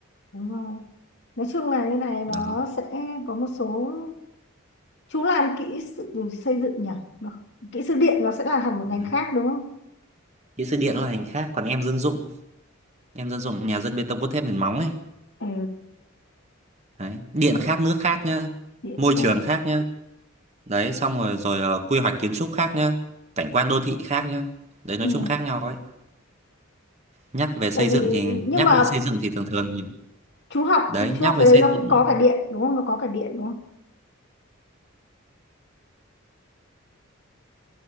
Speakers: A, on the left; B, on the right.
A: Đúng rồi. Nói chung là như này nó
B: Đó.
A: sẽ có một số chú làm kỹ sự xây dựng nhỉ Được. kỹ sư điện nó sẽ là hẳn một ngành
B: Đấy.
A: khác đúng không
B: Kỹ sư điện là ngành khác, còn em dân dụng, em dân dụng nhà dân bê tông cốt thép nền móng ấy.
A: ừ,
B: Đấy. Điện khác, nước khác nhá,
A: điện
B: môi
A: khác
B: trường khác nhá. đấy xong rồi rồi ờ, quy hoạch kiến trúc khác nhá cảnh quan đô thị khác nhá đấy nói
A: ừ.
B: chung khác nhau ấy nhắc về
A: tại
B: xây
A: vì
B: dựng thì
A: nhưng
B: nhắc
A: mà
B: về xây dựng thì thường thường những-
A: chú học
B: đấy
A: từ
B: nhắc
A: chú học
B: về
A: cái
B: xây
A: đấy nó
B: dựng
A: cũng có cả điện đúng không nó có cả điện đúng không